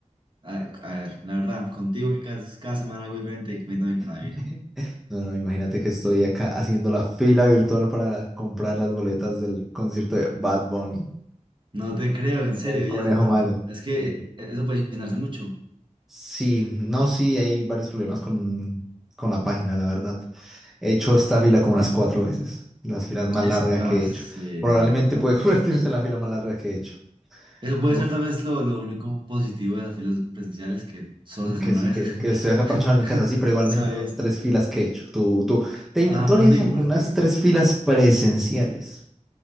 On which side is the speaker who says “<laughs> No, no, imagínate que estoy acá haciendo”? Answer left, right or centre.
Centre